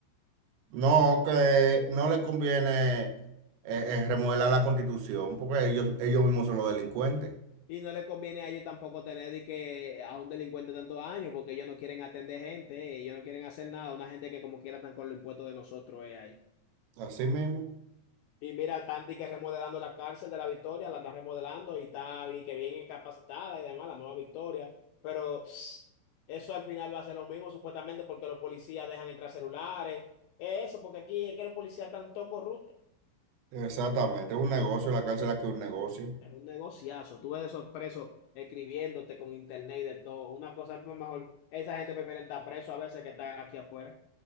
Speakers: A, on the right; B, on the left.
A: No, que no le conviene eh, eh, remodelar la constitución porque ellos, ellos mismos son los delincuentes.
B: Y no le conviene a ellos tampoco tener de que a un delincuente tantos años, porque ellos no quieren atender gente, ellos no quieren hacer nada, una gente que como quiera están con los impuestos de nosotros eh, ahí.
A: Así mismo.
B: Y mira, Tanti que remodelando la cárcel de la Victoria, la está remodelando y está y que bien capacitada y demás, la nueva Victoria. Pero pss, eso al final va a ser lo mismo, supuestamente, porque los policías dejan entrar celulares. Eh, Eso, porque aquí es que los policías están todos corruptos.
A: Exactamente. Es un negocio, la cárcel aquí es un negocio.
B: Es un negociazo. Tú ves esos presos escribiéndote con internet y de todo. Una cosa pues, mejor. Esa gente prefiere estar preso a veces que estar aquí afuera.